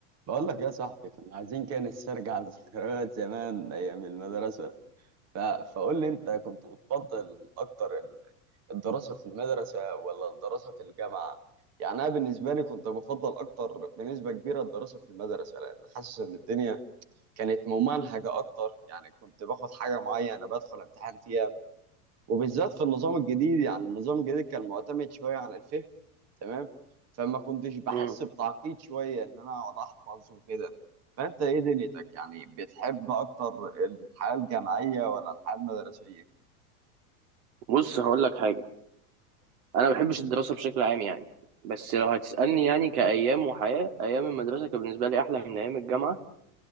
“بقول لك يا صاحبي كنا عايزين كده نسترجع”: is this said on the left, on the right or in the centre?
Right